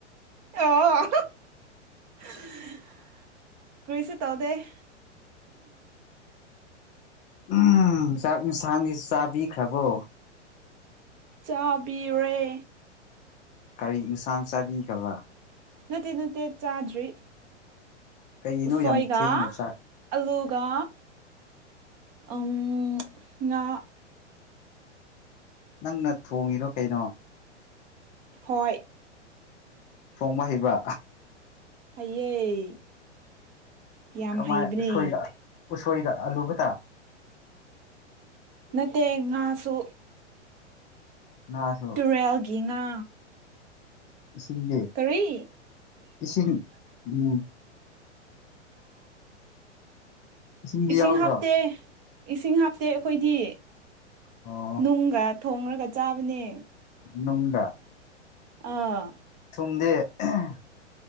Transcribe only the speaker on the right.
ꯑꯣ <unintelligible> ꯀꯨꯔꯤꯁꯨ ꯇꯧꯗꯦ
ꯆꯥꯕꯤꯔꯦ
ꯅꯠꯇꯦ ꯅꯠꯇꯦ ꯆꯥꯗ꯭ꯔꯤ
ꯎꯁꯣꯏꯒ
ꯑꯂꯨꯒ ꯎꯝ ꯉꯥ
ꯍꯣꯏ
ꯍꯩꯌꯦ ꯌꯥꯝ
ꯍꯩꯕꯅꯦ
ꯅꯠꯇꯦ ꯉꯥꯁꯨ
ꯇꯨꯔꯦꯜꯒꯤ ꯉꯥ
ꯀꯔꯤ
ꯏꯁꯤꯡ
ꯍꯥꯞꯇꯦ ꯏꯁꯤꯡ ꯍꯥꯞꯇꯦ ꯑꯩꯈꯣꯏꯗꯤ
ꯅꯨꯡꯒ ꯊꯣꯡꯉꯒ ꯆꯥꯕꯅꯦ
ꯑꯥ